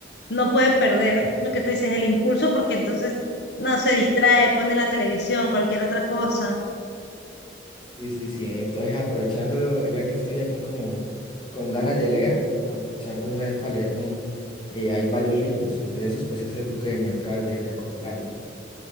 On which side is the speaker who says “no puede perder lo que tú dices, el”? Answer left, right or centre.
Left